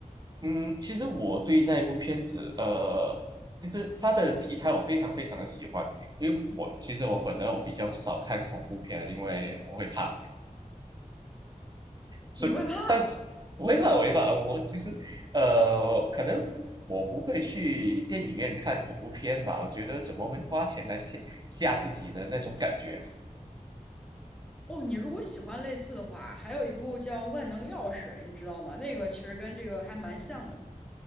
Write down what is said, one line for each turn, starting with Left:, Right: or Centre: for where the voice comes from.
Right: 嗯，其实我对那一部片子，呃，就是它的题材我非常非常的喜欢，因为我其实我本人我比较少看恐怖片，因为我会怕。所以，
Centre: 你会怕？
Right: 但是违法违法，我其实呃，可能我不会去电影院看恐怖片吧，我觉得怎么会花钱来吓吓自己呢？那种感觉，
Centre: 哦，你如果喜欢类似的话，还有一部叫《万能钥匙》，你知道吗？那个其实跟这个还蛮像的。